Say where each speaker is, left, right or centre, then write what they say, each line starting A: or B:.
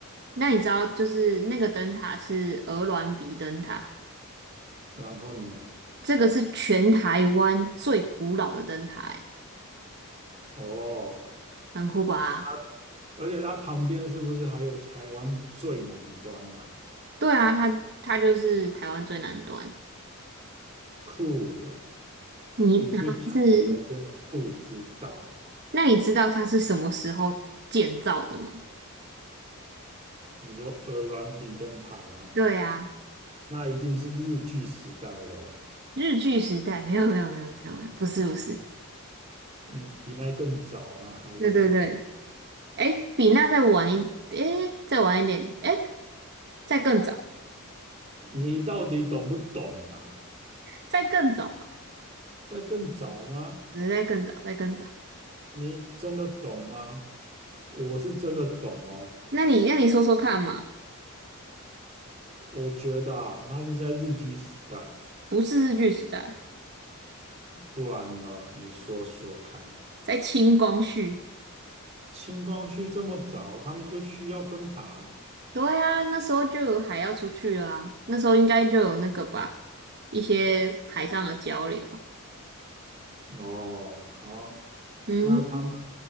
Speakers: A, on the right (about 50°); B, on the right (about 30°).
A: 那你知道，就是那个灯塔是鹅銮鼻灯塔。
B: 然后呢？
A: 这个是全台湾最古老的灯台，
B: 哦。
A: 很酷吧？
B: 啊而且它旁边是不是还有台湾最南端啊？
A: 对啊，它它就是台湾最南端。
B: 酷诶、
A: 你它是，
B: 你不讲我还真的不知道啊。
A: 那你知道它是什么时候建造的吗？
B: 你说鹅銮比灯塔吗？
A: 对啊，
B: 那一定是日据时代咯。
A: 日据时代，没有没有没有没有没有，不是不是，
B: 你比那更早啊，还是什么？
A: 对对对，哎，比那再晚一，哎，再晚一点，哎，再更早，
B: 你到底懂不懂啊？
A: 再更早吧，
B: 在更早吗？
A: 对再更早，再更早。
B: 你真的懂吗？我是真的懂哦。
A: 那你那你说说看嘛，
B: 我觉得啊，它是在日据时代，
A: 不是日据时代，
B: 不然呢？你说说看。
A: 在清光绪。
B: 清光绪这么早，他们就需要灯塔。
A: 对啊，那时候就有海要出去了啊，那时候应该就有那个吧，一些海上的交流。
B: 哦，好，
A: 嗯，
B: 那他们